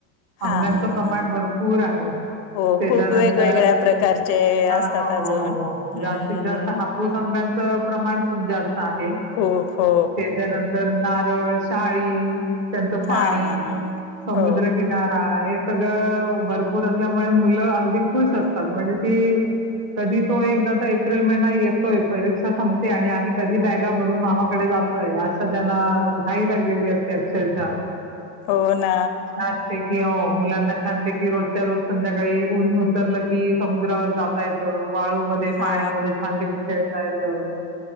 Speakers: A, on the left; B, on the right.
A: हा,
B: आंब्यांचं प्रमाण
A: हा,
B: भरपूर आहे
A: हो
B: त्याच्यानंतर
A: खूप वेगवेगळ्या प्रकारचे
B: हां,
A: असतात,
B: हो,
A: अजून
B: हो, हो.
A: हम्म-
B: जास्तीत जास्त हापूस आंब्याच प्रमाण खूप जास्त आहे,
A: खूप हो
B: त्याच्यानंतर नारळ शहा हम्. त्यांचं पाणी
A: हा.
B: समुद्रकिनारा
A: हो
B: आहे. सगळ भरपूर असल्यामुळे मुलं अगदी खुश असतात. म्हणजे ती कधी तो एकदा एप्रिल महि ना येतोय परीक्षा संपते. आणि आम्ही कधी बॅगा भरून मामाकडे जातोय. असं त्यांना घाई लागलेली असते. अक्षरशः
A: हो ना
B: छान पैकी हो मुलांना छान पैकी की रोजच्या रोज संध्याकाळी ऊन उतरलं की समुद्रावर जाता येत. वाळू मध्ये
A: हा
B: पाण्यामध्ये छान पैकी खेळतात. ह